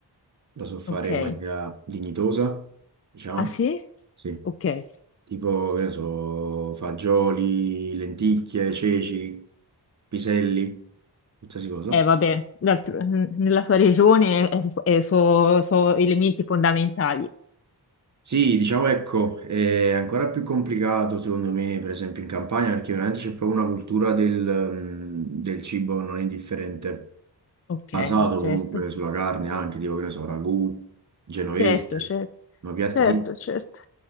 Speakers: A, on the right; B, on the left.
A: lo so fare
B: Ok.
A: in maniera dignitosa, diciamo,
B: Ah sì?
A: sì,
B: Ok, eh,
A: tipo che ne so, fagioli, lenticchie, ceci, piselli, qualsiasi cosa.
B: eh, vabbè, d'altro- nella tua regione sono elementi fondamentali.
A: Sì, diciamo ecco, è ancora più complicato secondo me, per esempio in Campania, perché veramente c'è proprio una cultura del, mm, del cibo non indifferente,
B: Ok,
A: basato
B: certo,
A: comunque sulla carne anche, tipo che ne so, ragù, genovese,
B: certo, certo,
A: no, piatti
B: certo,
A: tipici.
B: certo.